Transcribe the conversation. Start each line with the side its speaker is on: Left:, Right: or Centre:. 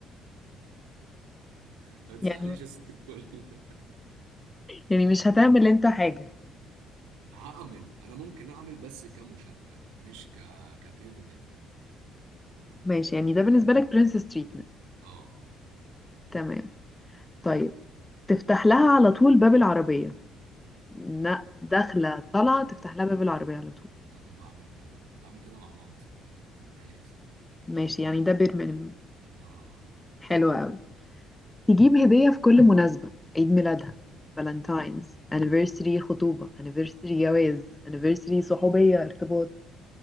Right: <laughs> ما تزعليش
Left: يعني
Right: يا ست الكل <laughs>
Left: يعني مش هتعمل انت حاجة
Right: هعمل انا ممكن اعمل بس كمشاركه مش ك كبيرمنت
Left: ماشي يعني ده بالنسبة لك برنسس تريتمنت
Right: اه
Left: تمام طيب تفتح لها على طول باب العربية لا داخلة طالعة تفتح لها باب العربية على طول
Right: انا بعمل كده بعمل كده مع مامتي عادي
Left: ماشي يعني ده بير مينيمم
Right: اه
Left: حلو قوي تجيب هدية في كل مناسبة عيد ميلادها فالنتاينز anniversary خطوبة anniversary جواز anniversary صحوبية ارتباط